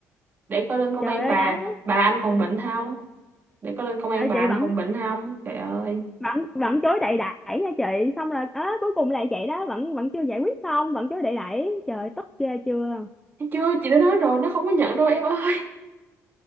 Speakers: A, on the right; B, in the centre.
A: để coi lên công
B: trời
A: an
B: ơi
A: bà
B: đó
A: bà anh còn bệnh không để coi lên công an
B: trời ơi,
A: bà
B: chị
A: anh
B: vẫn
A: còn bệnh không trời ơi
B: vẫn vẫn chối đậy đẩy nha chị xong rồi ớ cuối cùng là vậy đó vẫn vẫn chưa giải quyết xong vẫn chối đậy đẩy trời ơi, tức ghê chưa
A: thấy chưa chị đã nói rồi nó không có nhận đâu em ơi